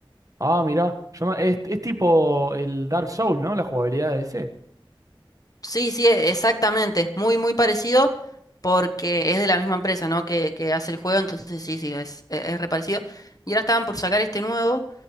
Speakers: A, on the right; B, on the left.
A: Ah, mirá. Yo me- es, es tipo el Dark Souls, ¿no? La jugabilidad de ese.
B: Sí, sí, e- exactamente. Muy, muy parecido porque es de la misma empresa, ¿no? Que, que hace el juego, entonces sí, sí, es, e- es reparecido. Y ahora estaban por sacar este nuevo,